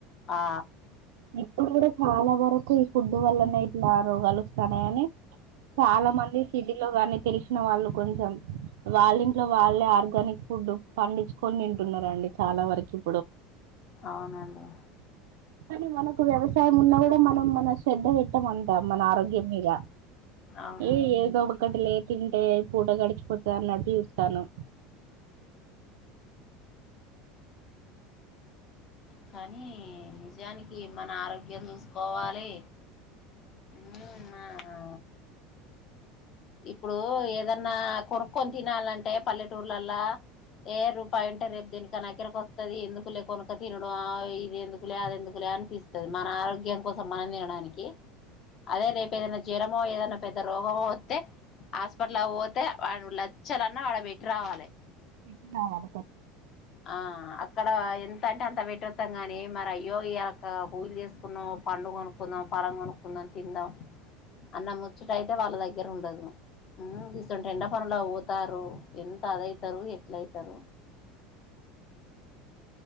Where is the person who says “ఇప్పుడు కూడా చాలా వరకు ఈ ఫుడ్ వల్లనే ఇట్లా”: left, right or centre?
Right